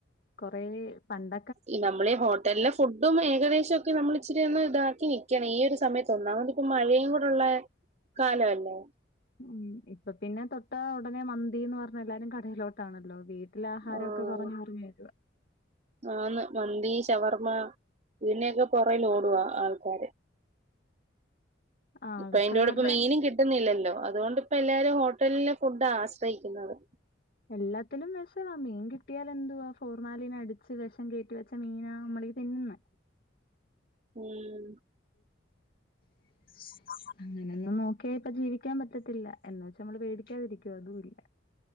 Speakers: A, on the left; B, on the right.
A: കൊറേ പണ്ട
B: ഈ നമ്മളീ ഹോട്ടലിലെ ഫുഡ് ഇതും ഏകദേശം ഒക്കെ നമ്മൾ ഇച്ചിരി ഒന്ന് ഇതാക്കി നിൽക്കണം ഈ ഒരു സമയത്ത് ഒന്നാമത് ഇപ്പ മഴയും കൂടൊള്ളേ കാലവല്ലേ?
A: ഉം ഇപ്പൊ പിന്നെ തൊട്ട ഉടനെ മന്തീന്ന് പറഞ്ഞ് എല്ലാരും കടയിലോട്ടാണല്ലോ വീ നല്ല ആഹാരം
B: ആഹ്
A: ഒക്കെ കൊറഞ്ഞ് കൊറഞ്ഞ് വരുവാ
B: ആന്ന് മന്തി ഷവർമ്മ ഇതിനെയൊക്കെ പൊറേൽ ഓടുവാ ആൾക്കാര്
A: ആൾക്കാരുടെ
B: ഇപ്പ അയിന്റെ കൂടെ ഇപ്പ മീനും കി കിട്ടുന്നില്ലല്ലോ അതുകൊണ്ട് ഇപ്പ എല്ലാരും ഹോട്ടലിലെ ഫുഡാ ആശ്രയിക്കുന്നത്
A: എല്ലാത്തിലും വെഷവാ മീൻ കിട്ടിയാൽ എന്തുവാ ഫോർമാലിൻ അടിച്ച് വെഷം കേറ്റി വെ ച്ച മീനാ നമ്മളീ തിന്നുന്നെ
B: ഉം.
A: <unintelligible> അങ്ങനൊന്നും നോക്കിയാ ഇപ്പ ജീവിക്കാൻ പറ്റത്തില്ല എന്ന് വെച്ച് നമ്മള് പേടിക്കാതിരിക്കുവോ അതു ഇല്ല